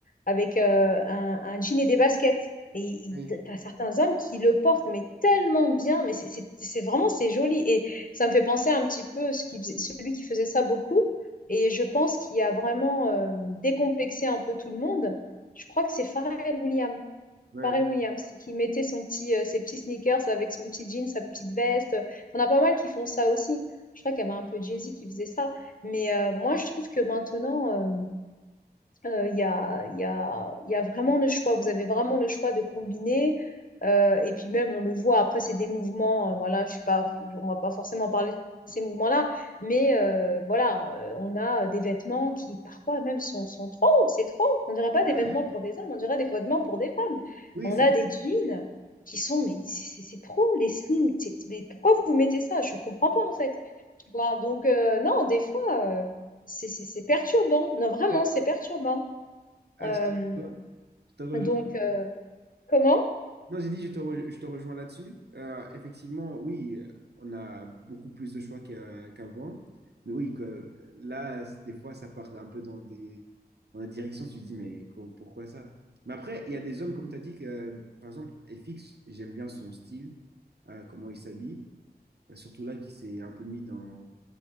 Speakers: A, on the left (about 55°); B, on the right (about 80°).
A: avec euh, un, un jean et des baskets. Et il-
B: ouais,
A: t'as certains hommes qui le portent, mais tellement bien, mais c'est c'est- c'est vraiment, c'est joli. Et ça me fait penser un petit peu ce qui faisait- celui qui faisait ça beaucoup. Et je pense qu'il a vraiment euh, décomplexé un peu tout le monde. Je crois que c'est Pharrell Williams.
B: ouais.
A: Pharrell Williams, qui mettait son petit, euh, ses petits sneakers avec son petit jean, sa petite veste. Enfin, On a pas mal qui font ça aussi. Je crois qu'il y avait un peu Jay-Z qui faisait ça. Mais euh, moi, je trouve que maintenant, euh, euh, Il y a, il y a- il y a vraiment le choix. Vous avez vraiment le choix de combiner. Euh, et puis même, on le voit, après, c'est des mouvements. euh, voilà, je suis pas, je- on va pas forcément parler de ces mouvements-là. Mais euh, voilà, euh, on a euh, des vêtements qui parfois même sont, sont trop. C'est trop. On dirait pas des
B: Ah,
A: vêtements pour des hommes, on dirait des vêtements pour des femmes.
B: Oui,
A: On
B: c'est
A: a
B: vrai.
A: des jeans qui sont, mais c'est c'est trop, les slims. c'est- Mais pourquoi vous mettez ça? Je comprends pas, en fait. Tu vois, donc euh, non, des fois, euh, c'est c'est- c'est perturbant. Non, vraiment,
B: Ouais,
A: c'est perturbant.
B: Ah,
A: Euh,
B: je te, je te rejoins
A: donc, euh, comment?
B: Non, j'ai dit, je te, re- je te rejoins là-dessus. Euh, effectivement, oui, on a beaucoup plus de choix qu'a- qu'avant. Mais oui, que, là, des fois, ça part un peu dans des, dans des directions. Tu te dis, mais co- pourquoi ça? Mais après, il y a des hommes, comme tu as dit, que, par exemple, FX, j'aime bien son style, euh, comment il s'habille. Euh, Surtout là, qui s'est un peu mis dans.